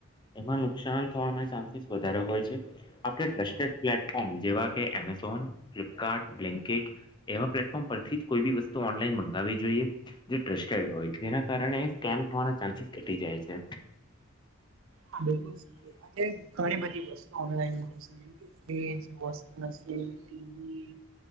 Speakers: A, on the left (about 20°); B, on the right (about 70°).
A: એમાં નુકસાન થવાના ચાન્સીસ વધારે હોય છે આપણે ટ્રસ્ટેડ પ્લેટફોર્મ જેવા કે એમેઝોન ફ્લિપકાર્ટ બ્લિંકિટ એવા પ્લેટફોર્મ પરથી જ કોઈ બી વસ્તુ ઓનલાઈન મંગાવવી જોઈએ જે ટ્રસ્ટેડ હોય તેના કારણે સ્કેમ થવાના ચાન્સીસ ઘટી જાય છે
B: હા બિલકુલ <unintelligible> ઘણી બધી વસ્તુ ઓનલાઈન મંગાવી શકી ફ્રીજ, વોશિંગમસીન, ટવી